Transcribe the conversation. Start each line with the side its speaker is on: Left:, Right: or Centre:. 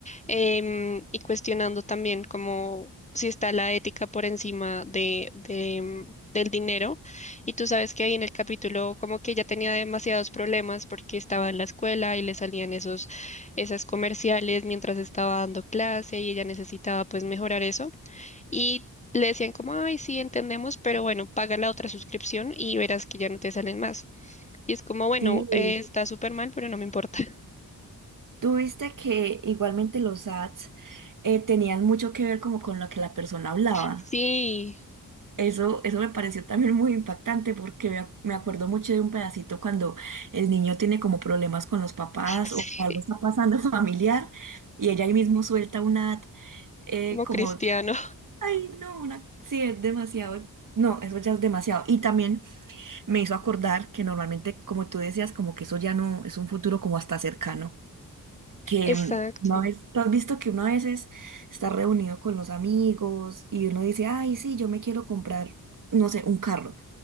Left: em, y cuestionando también como si está la ética por encima de, de, em, del dinero. Y tú sabes que ahí en el capítulo como que ella tenía demasiados problemas porque estaba en la escuela y le salían esos, esas comerciales mientras estaba dando clase y ella necesitaba pues mejorar eso. Y le decían como, ay, sí, entendemos, pero bueno, paga la otra suscripción y verás que ya no te salen más. Y es como, bueno,
Right: Sí,
Left: eh, está súper mal, pero no me importa. <laughs>
Right: tú viste que igualmente los ads eh, tenían mucho que ver como con lo que la persona hablaba.
Left: Sí,
Right: Eso, eso me pareció también muy impactante porque me, ac- me acuerdo mucho de un pedacito cuando el niño tiene como problemas con los papás
Left: sí,
Right: o algo está pasando <laughs> familiar y ella ahí mismo suelta una eh,
Left: como
Right: como,
Left: cristiano.
Right: ay, no, una, sí, es demasiado, no, eso ya es demasiado. Y también me hizo acordar que normalmente, como tú decías, como que eso ya no es un futuro como hasta cercano, que
Left: Exacto.
Right: mm, una vez, tú has visto que uno a veces está reunido con los amigos y uno dice, ay, sí, yo me quiero comprar, no sé, un carro.